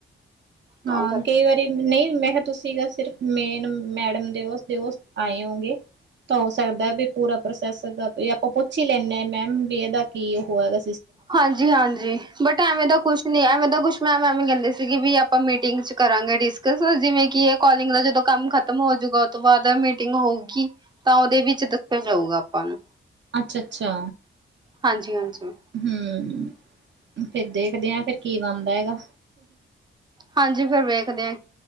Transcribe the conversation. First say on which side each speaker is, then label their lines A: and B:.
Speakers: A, on the right (about 20°); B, on the right (about 60°).
A: ਤਾਂ
B: ਹਾਂ
A: ਕਰ
B: ਕਈ ਵਾਰੀ। ਨਹੀਂ ਮੈਂ ਕਿਹਾ ਤੁਸੀਂ ਸਿਰਫ ਮੇਨ ਮੈਡਮ ਦੇ ਉਸਦੇ ਓ ਆਏ ਹੋਗੇ। ਤਾਂ ਹੋ ਸਕਦਾ ਵੀ ਪੂਰਾ ਪ੍ਰੋਸੈਸ ਦਾ ਵੀ ਆਪਾਂ ਪੁੱਛ ਹੀ ਲੈਂਨੇ ਆਂ ਮੈਮ ਵੀ ਇਹਦਾ ਕੀ ਹੋਏਦਾ।
A: ਹਾਂਜੀ ਹਾਂਜੀ ਬਟ ਐਵੇਂ ਦਾ ਕੁਛ ਨੀ ਐਵੇਂ ਦਾ ਕੁਛ। ਮੈਮ ਐਵੇ ਕੈਂਦੇ ਸੀਗੇ ਬੀ ਆਪਾਂ ਮੀਟਿੰਗ ਚ ਕਰਾਂਗੇ ਡਿਸਕਸ ਜਿਵੇਂ ਕਿ ਏ ਕੋਲਿੰਗ ਦਾ ਜਦੋ ਕੰਮ ਖਤਮ ਹੋਜੂਗਾ ਤੋਂ ਬਾਦ ਮੀਟਿੰਗ ਹੋਊਗੀ, ਤਾਂ ਓਦੇ ਵਿੱਚ ਦੱਸੇਆ ਜਾਊਗਾ ਆਪਾਂ ਨੂੰ।
B: ਅੱਛਾ-ਅੱਛਾ
A: ਹਾਂਜੀ-ਹਾਂਜੀ।
B: ਹੂੰ, ਫੇਰ ਦੇਖਦੇ ਆ ਫੇਰ ਕੀ ਬਾਣਦਾ ਐਗਾ।
A: ਹਾਂਜੀ ਫੇਰ ਵੇਖਦੇ ਆਂ